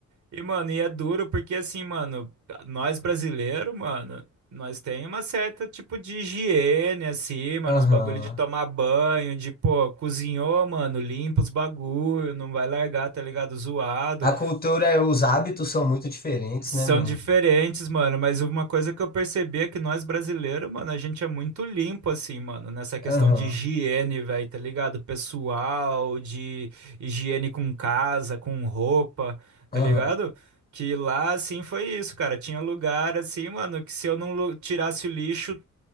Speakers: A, on the right; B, on the left.
A: E, mano, e é duro porque, assim, mano, nós brasileiros, mano, nós tem uma certa, tipo, de higiene, assim, mano,
B: aham.
A: os bagulho de tomar banho, de, pô, cozinhou, mano, limpa os bagulho, não vai largar, tá ligado? Zoado.
B: A cultura, os hábitos são muito diferentes,
A: São
B: né, mano?
A: diferentes, mano, mas uma coisa que eu percebi é que nós brasileiros, mano, a gente é muito limpo, assim, mano, nessa questão
B: Aham,
A: de higiene, velho, tá ligado? Pessoal, de higiene com casa, com roupa, tá
B: aham.
A: ligado? Que lá, assim, foi isso, cara. Tinha lugar, assim, mano, que se eu não lu- tirasse o lixo